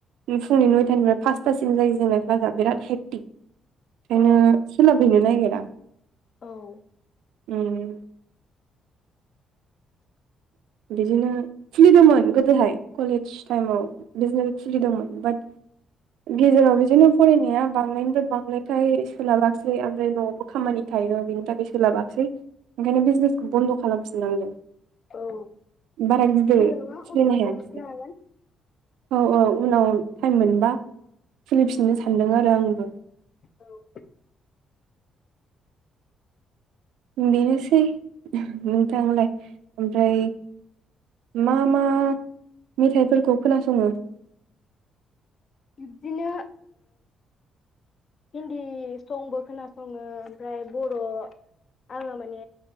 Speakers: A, on the right; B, on the left.
A: फुंनि नयथानिफ्राय फास्ट्सिम जायो जोंना क्लासआ बिराद हेक्टिक
B: अ
A: ओंखायनो सोलाफहैनो नागिरा
B: औ
A: उम बिदिनो खुलिदोंमोन गोदोहाय कलेज टाइमाव बिदिनो खुलिदोंमोन बाट गेजेराव बिदिनो फरायनाया बांनायनिफ्राय बांनायखाय सोलाबाखसै ओमफ्राय न'आवबो खामानि थायो बिनि थाखाय सोलाबाखासै ओंखायनो बिजनेसखौ बन्द' खालामफिननांदों।
B: औ
A: बारा बिदै
B: जेबो नङा
A: फिदिंनो
B: उनावहाय
A: हायासै
B: खालामफिननो हागोन
A: औ औ उनाव टाइम मोनबा खुलिफिननो
B: औ
A: सानदों आरो आंबो
B: औ
A: बेनोसै नोंथांलाय ओमफ्राय मा मा मेथाइफोरखौ खोनासङो
B: बिबदिनो हिन्दी संबो खोनासङो ओमफ्राय बर' आङो माने